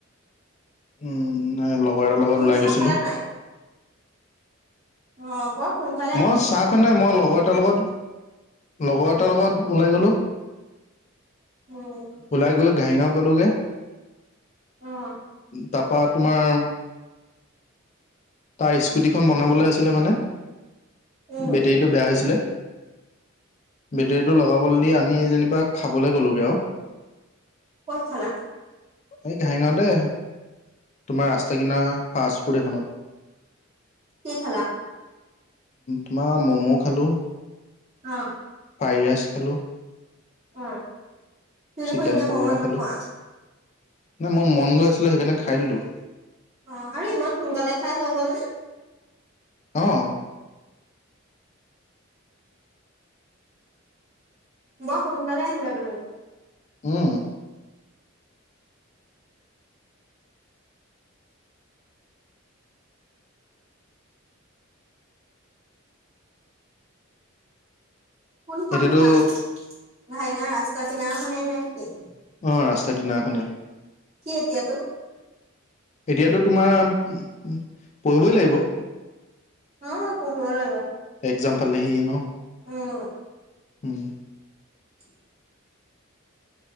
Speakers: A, on the left; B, on the right.
A: উম নাই লগৰ এটাৰ লগত
B: তুমি
A: ওলাই
B: চাহ
A: গৈছিলো।
B: খালা নাই? অ' বৰ শুন কালে
A: মই চাহ খোৱা নাই মই লগৰ এটাৰ লগত লগৰ এটাৰ লগত ওলাই গলো।
B: উম।
A: ওলাই গৈ ঘাহিঙাও পালোগে
B: অ',
A: তাৰপা তোমাৰ তাৰ স্কুটিখন বনাবলৈ আছিলে মানে
B: উম,
A: বেটেৰীটো বেয়া হৈছিলে। বেটেৰীটো লগাবলৈ দি আমি যেনিবা খাবলৈ গ'লোগৈ আৰু।
B: কত খালা?
A: এই ঘাঁইঙতে তোমাৰ ৰাস্তা কিনাৰ ফাষ্ট ফুড এখনত।
B: কি খালা?
A: তোমাৰ ম'ম' খালোঁ।
B: অ'।
A: ফ্ৰাই ৰাইছ খালো।
B: উম তুমি
A: চিকেন
B: দেখুন এনে
A: পকৰা
B: মম নোখোৱা?
A: খালোঁ। নাই মোৰ মন গৈ আছিলে সেইকাৰণে খাই দিলো।
B: অ' আৰু ইমান সোনকালে খাই হৈ গল নে?
A: অ'।
B: বৰ সোনকালে আহিলা তুমি।
A: উম।
B: কোনখন
A: এতিয়াতো
B: দোকান লেঙা ৰাস্তা কিনাৰখনে নেকি?
A: অঁ ৰাস্তাৰ কিনাৰখনে।
B: কি এতিয়া তোৰ।
A: এতিয়াতো তোমাৰ পঢ়িবই লাগিব।
B: অ' পঢ়িব লাগিব।
A: এক্সাম পালেহিয়ে ন?
B: উম।
A: উম
B: <inaudible>